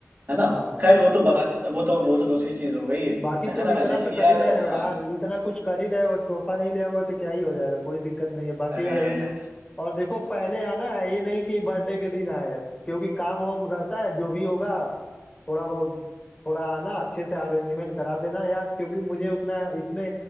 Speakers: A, on the right (about 40°); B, on the left (about 20°).
A: है ना
B: हाँ
A: खैर वो तो बात वो तो वो तो दूसरी चीज हो गई
B: बाकी
A: है
B: तुम इतना
A: ना लेकिन
B: तो कर
A: यार
B: ही रहे हो
A: हाँ
B: यार इतना कुछ कर ही रहे हो तोहफा नहीं ले आओगे तो क्या ही हो जाएगा कोई दिक्कत नहीं है बाकी
A: अरे
B: अरेंज और देखो पहले आना है ये नहीं कि बर्थडे के दिन आए क्योंकि काम वाम रहता है जो भी होगा थोड़ा बहुत थोड़ा आना अच्छे से अरेंजमेंट करा देना यार क्योंकि मुझे उतना इसमें